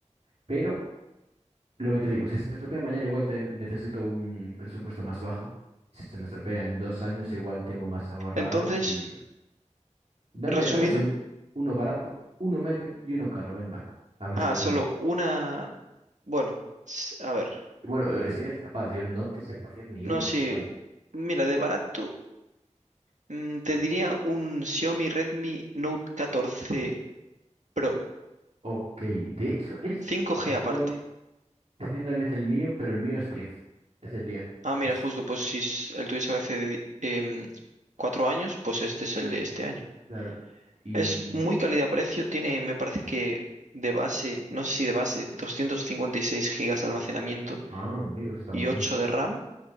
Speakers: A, on the right; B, on the right.
A: pero... Lo que te digo, si se me estropea mañana, igual te- necesito un presupuesto más bajo. Si se me estropea en dos años, igual tengo más ahorrado.
B: Entonces,
A: Y dame,
B: resumido.
A: dame así uno barato, uno medio y uno caro, venga. A ver
B: Ah,
A: si eres
B: solo
A: capaz.
B: una. Bueno, s- a ver.
A: Bueno, eh, si eres capaz, yo no te sé decir ni
B: No
A: uno,
B: sé.
A: vaya.
B: Mira, de barato, mm, te diría un Xiaomi Redmi Note catorce Pro.
A: Ok, de hecho es
B: cinco g
A: tal
B: aparte.
A: cual, es literalmente el mío, pero el mío es diez Es el 10
B: Ah, mira,
A: es
B: justo, pues si s- el tuyo sale hace de- em, cuatro años, pues este es el de este año.
A: claro. Y...
B: Es muy calidad-precio, tiene, me parece que de base, no sé si de base, 256 gigas de almacenamiento
A: Ah, amigos, está
B: y
A: muy
B: 8
A: bien.
B: de RAM.